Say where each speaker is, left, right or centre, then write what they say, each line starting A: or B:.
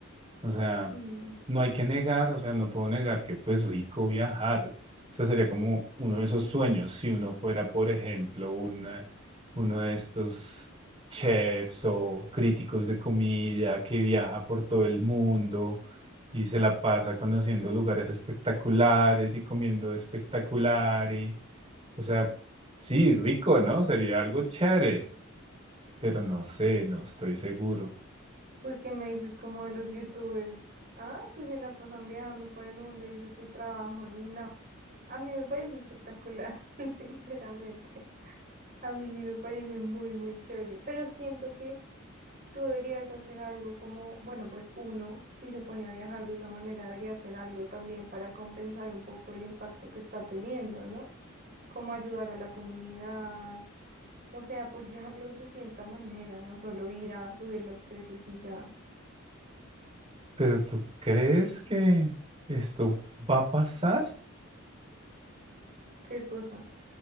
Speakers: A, on the right (about 25°); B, on the right (about 40°).
A: O sea,
B: Mm,
A: no hay que negar, o sea, no puedo negar que pues rico viajar. O sea, sería como uno de esos sueños si uno fuera, por ejemplo, una- uno de estos chefs o críticos de comida que viaja por todo el mundo y se la pasa conociendo lugares espectaculares y comiendo espectacular y, o sea, sí, rico, ¿no? Sería algo chévere, pero no sé, no estoy seguro.
B: Pues, ¿qué me dices como de los youtubers? Ah, que se la pasan viajando por el mundo y ese es su trabajo. No, a mí me parece espectacular, <laughs> sinceramente. A mí sí me parece muy, muy chévere, pero siento que tú deberías hacer algo como, bueno, pues uno, si se pone a viajar de esa manera, debería hacer algo también para compensar un poco el impacto que está teniendo, ¿no? Como ayudar a la comunidad O sea, apoyarlos de cierta manera, no solo ir a subir los precios y ya.
A: Pero ¿tú crees que esto va a pasar?
B: ¿Qué cosa?